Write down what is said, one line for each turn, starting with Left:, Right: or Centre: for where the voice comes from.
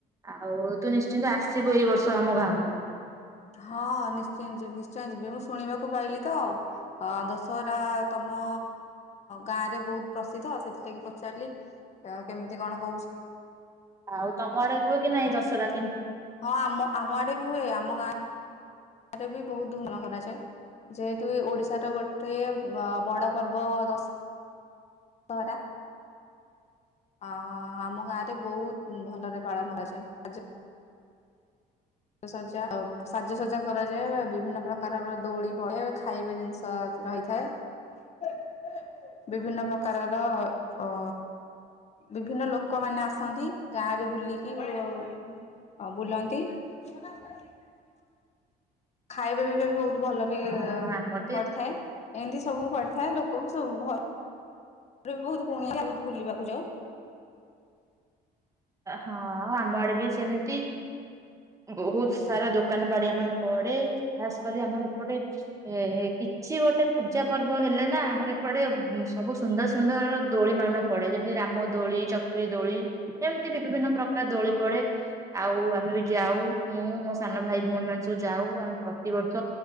Right: ଆଉ ତୁ ନିଶ୍ଚିନ୍ତ ଆସିବୁ ଏଇ ବର୍ଷ ଆମ ଗାଁକୁ।
Left: ହଁ ନିଶ୍ଚୟ ଯିବି ନିଶ୍ଚୟ ଯିବି। ମୁଁ ଶୁଣିବାକୁ ପାଇଲି ତ ଅଁ ଦଶହରା ତମ ଗାଁରେ ବୋହୁତ ପ୍ରସିଦ୍ଧ ସେଥିଲାଗି ପଚାରିଲି ଅ କେମିତି କଣ ହୋଉଛି।
Right: ଆଉ ତମ ଆଡ଼େ ହୁଏ କି ନାଇଁ ଦଶରା?
Left: ହଁ ଆମ ଆମ ଆଡ଼େ ବି ହୁଏ ଆମ ଗାଁ ଆରେ ବି ବୋହୁତ ଧୁନ କରାଯାଏ। ଯେହେତୁ ଏ ଓଡିଶାର ଗୋଟେ ବ ବଡ଼ ପର୍ବ ଦଶ ହରା ଅଁ ଆମ ଗାଁରେ ବୋହୁତ ଭଲରେ ପାଳନ କରାଯାଏ। ଆଜ ସଜା ଆଉ ସାଜସଜା କରାଯାଏ। ବିଭିନ୍ନ ପ୍ରକାରର ଦୋଳି ପଡ଼େ ଖାଇବା ଜିନିଷ ରହିଥାଏ। ବିଭିନ୍ନ ପ୍ରକାରର ଅ ବିଭିନ୍ନ ଲୋକମାନେ ଆସନ୍ତି ଗାଁରେ ବୁଲିକି ଅ ବୁଲନ୍ତି‌। <unintelligible> ଖାଇବା ପିଇବା ବି ବୋହୁତ ଭଲକି
Right: ହଁ ଆମର ତ
Left: ପଡ଼ିଥାଏ
Right: ଏ-
Left: ଏନ୍ତି ସବୁ ପଡି଼ ଥାଏ ଲୋକ ବି ସବୁ ଘ ରେ ବି ବୋହୁତ କୁଣିଆ ବୋହୁତ ବୁଲିବାକୁ ଯାଉ।
Right: ହଁ ଆମ ଆଡ଼େ ବି ସେମିତି ବୋହୁତ ସାରା ଦୋକାନ ବାଡ଼ି ଆମର ପଡ଼େ। ଖାସ୍ କରି ଆମର ଏପଟେ ଏ କିଛି ଗୋଟେ ପୂଜା ପର୍ବ ହେଲେ ନାଁ ଆମର ଏପଟେ ଉଁ ସବୁ ସୁନ୍ଦର ସୁନ୍ଦର ଦୋଳି ମାନ ପଡ଼େ ଯେମିତି ରାମ ଦୋଳି ଚ କ୍ରି ଦୋଳି ଏମିତି ବି ବିଭିନ୍ନ ପ୍ରକାର ଦୋଳି ପଡେ ଆଉ ଆ ଆମେ ବି ଯାଉ, ମୁଁ ମୋ ସାନ ଭାଇ ଭଉଣୀ ମାନେ ସବୁ ଯାଉ ଆମେ ପ୍ରତିବର୍ଷ